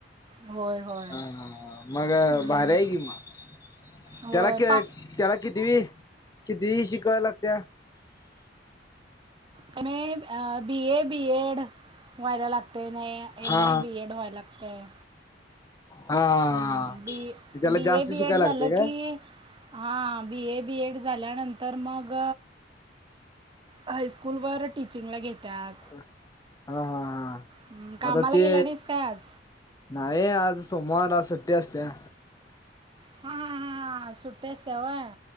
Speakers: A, on the right; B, on the left.
A: होय होय
B: हा हा हा, मग
A: हम्म,
B: भार आहे कि मग
A: होय.
B: त्याला त्याला कितीवी कितवी शिकवाय लागत्या
A: का नाही बी ए बी एड व्हायला लागते नाय. एम
B: हा
A: ए बी एड व्हयला लागतय.
B: हा हा
A: हम्म बी
B: त्याला
A: बी
B: जास्त
A: ए बीएड
B: शिकायला
A: झालं
B: लागते काय
A: की. हा बी ए बी एड झाल्यानंतर मग हायस्कूलवर टीचिंगला घेतात.
B: हा हा हा,
A: हम्म, कामाला
B: आता ते.
A: गेला नाहीस काय आज
B: नाही आज सोमवार आज सुट्टी आत्या.
A: हा हा हा, सुट्टेच असत्या होय.